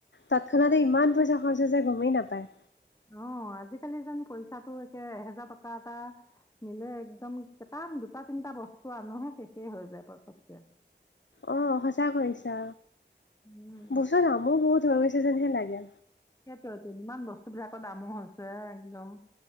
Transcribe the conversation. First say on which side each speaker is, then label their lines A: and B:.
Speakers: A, on the left; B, on the left.
A: তৎক্ষণাতে ইমান পইচা খৰচা যে গমেই নাপায়।
B: অঁ আজিকালি যেন পইচাটো একে এহেজাৰ টকা এটা- নিলে একদম কেইটাম দুটা তিনিটা বস্তু আনোহে শেষেই হৈ যায় পটককে।
A: অঁ সঁচা কৈছা
B: উম
A: বস্ত দামো বহুত হৈ গৈছে যেনহে লাগে।
B: সেইটোইতো ইমান বস্তু বিলাকৰ দামো হৈছে একদম